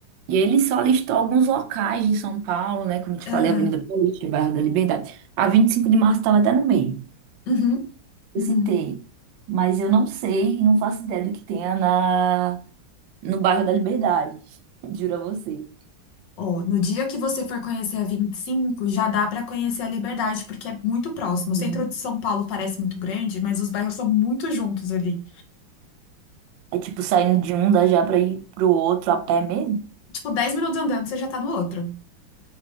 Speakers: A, on the right; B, on the left.
A: E ele só listou alguns locais de São Paulo, né? Como eu te
B: Aham.
A: falei, Avenida Paulista, Bairro da Liberdade. A 25 de março estava até no meio,
B: Uhum.
A: eu
B: Uhum.
A: citei. Mas eu não sei, não faço ideia do que tenha na, no bairro da Liberdade. <laughs> Juro a você.
B: Ó, no dia que você for conhecer a 25, já dá para conhecer a Liberdade, porque é muito próximo. O
A: Hum.
B: centro de São Paulo parece muito grande, mas os bairros são muito juntos ali.
A: É tipo saindo de um dá já para ir pro outro a pé mesmo?
B: Tipo, 10 minutos andando, você já tá no outro.